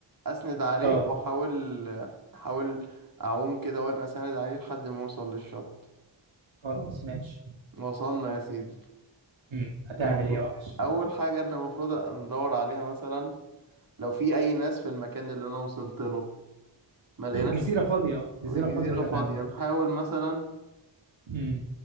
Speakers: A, on the right (about 45°); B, on the right (about 70°).
A: اسند عليه
B: اه
A: واحاول احاول اعوم كده وانا اسند عليه لحد ما اوصل للشط
B: خلاص ماشي
A: وصلنا يا سيدي
B: مم. هتعمل
A: المفروض
B: ايه يا وحش
A: اول حاجه انت المفروض ندور عليها مثلا لو في اي ناس في المكان اللي انا وصلت له ما لقيناش
B: الجزيرة فاضية جزيرة
A: الجزيره
B: فاضية تماما
A: فاضيه نحاول مثلا
B: امم